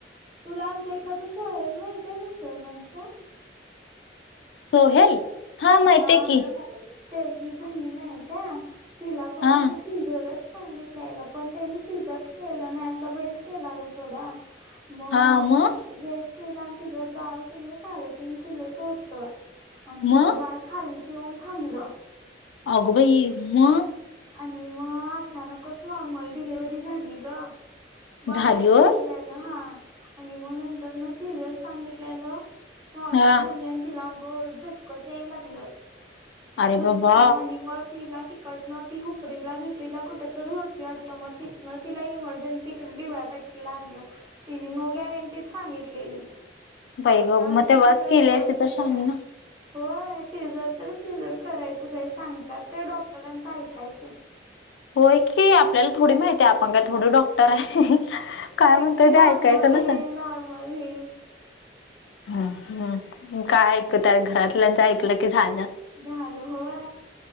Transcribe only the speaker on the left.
सोहेल? हा माहितीय
की
हा.
हा मग?
मग
अगोबाई... मग?
झाली होय.
हा.
अरे
बाबा
बाई
ग मग
तेव्हाच
केली
असती तर शहाणी
ना.
होय की... आपल्याला थोडी माहिती ए... आपण काय थोडं डॉक् -टर ए... काय
म्हणतंय
ते ऐकायचं
ना सां
हं... हम्म... काय ऐकत्या... घरातल्यांचं ऐकलं की झालं